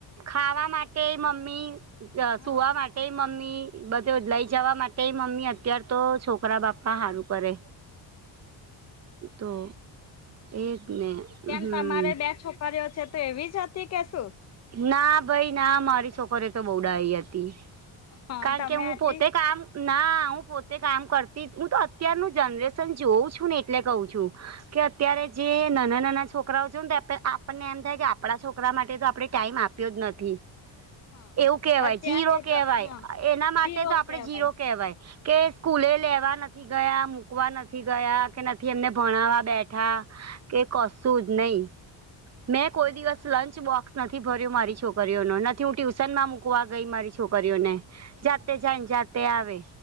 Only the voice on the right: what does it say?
ખાવા માટે મમ્મી જ
સુવા માટે મમ્મી બધે
લઈ જવા માટે તે મમ્મી અત્યાર તો છોકરા બાપા હારું કરે. તો એજ ને
હમ
ના ભાઈ ના મારી છોકરિયો તો બૌ ડાઈ હતી.
કારણ
કે હું
પોતે કામ ના હું પોતે કામ કરતી હું તો અત્યારનું જનરેશન જોઉં છું ને એટલે કહું છું. કે અત્યારે જે નાના નાના છોકરાઓ જોઉં ને તો એમ થાય આપણને એમ થાય કે આપણા છોકરા માટે તો આપણે ટાઈમ આપ તુજ નથી
એવું કહેવાય
જીરો કેહેવાય
એના માટે
તો આપડે
જીરો કેહેવાય. કે સ્કૂલે લેવા નથી ગયા મૂકવા નથી ગયા કે નથી એમને ભણાવવા બેઠા. કે કશું જ નહી મેં કોઈ
દિવસ લંચ બોક્સ નથી ભર્યું મારી છોકરીઓનો નથી હું ટ્યુશન માં મુકવા ગઈ મારી છોકરીઓને. જાતે
જાયને જાતે આવે